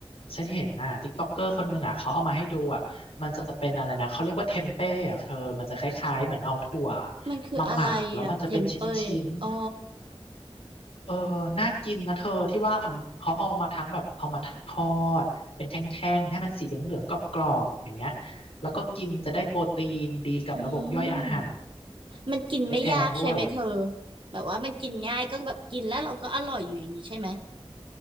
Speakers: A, on the left; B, on the right.
A: ฉันเห็นน่ะติ๊กต็อกเกอร์คนหนึ่งอ่ะเขาเอามาให้ดูอ่ะมันจะเป็นอะไรนะเขาเรียกว่าเทมเป้อ่ะเธอมันจะคล้ายๆเหมือนเอาถั่ว
B: มันคืออะไรอะเทมเปยอ๋อ
A: มาหมักแล้วมันจะเป็นชิ้นๆ เออน่ากินนะเธอที่ว่าเขาเอามาทั้งแบบเอามาทอดเป็นแท่งๆให้มันสีเหลืองๆกรอบๆอย่างเงี้ยแล้วก็กินจะได้โปรตีนดีกับระบบย่อยอาหาร
B: อืมมันกินไม่ยากใช่ไหมเธอ
A: ไม่แพงด้วย
B: แบบว่ามันกินง่ายก็แบบกินแล้วเราก็อร่อยอยู่อย่างนี้ใช่ไหม